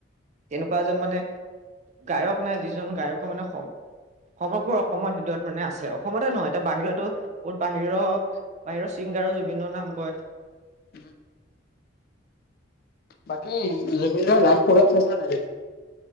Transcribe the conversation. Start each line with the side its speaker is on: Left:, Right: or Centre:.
Right: তেনেকুৱা এজন মানে গায়ক নাই যিজন গায়কৰ মানে স- সমগ্ৰ অসমৰ হৃদয়ত মানে আছে অসমতে নহয় এতিয়া বাহিৰতো ক'ত বাহিৰ বাহিৰৰ ছিংগাৰো জুবিনৰ নাম কয়।
Left: <unintelligible> বাকি জুবিন দাৰ লাইভ প্ৰগ্ৰাম চাইচা নাই?